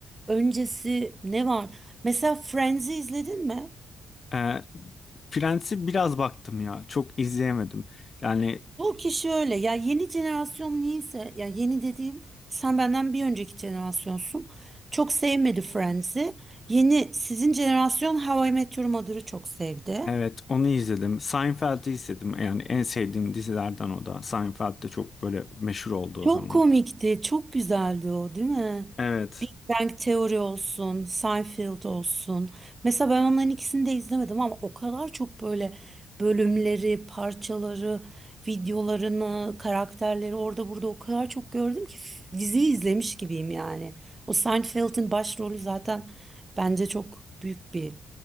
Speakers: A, on the right; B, on the left.
A: öncesi ne var? Mesela Friends'i izledin mi?
B: E, Friends'i biraz baktım ya. Çok izleyemedim. Yani
A: Bu kişi öyle. Ya yeni jenerasyon niyeyse, ya yeni dediğim sen benden bir önceki jenerasyonsun. Çok sevmedi Friends'i. Yeni sizin jenerasyon How I Met Your Mother'ı çok sevdi.
B: evet onu izledim. Seinfeld'i izledim. Yani en sevdiğim dizilerden o da. Seinfeld de çok böyle meşhur oldu o
A: Çok
B: zaman.
A: komikti, çok güzeldi o, değil mi?
B: Evet.
A: Big Bang Theory olsun, Seinfeld olsun. Mesela ben onların ikisini de izlemedim ama o kadar çok böyle bölümleri, parçaları, videolarını, karakterleri orada burada o kadar çok gördüm ki f- diziyi izlemiş gibiyim yani. O Seinfeld'in başrolü zaten bence çok büyük bir